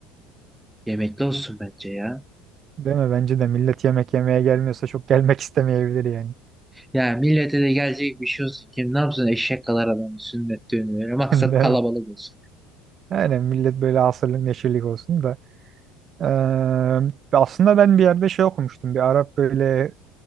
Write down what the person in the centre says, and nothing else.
Yemekli olsun bence ya.
Ya millete de gelecek bir şey olsun. Kim ne yapsın eşek kadar adamın sünnet düğünü. Böyle Maksat
kalabalık
olsun.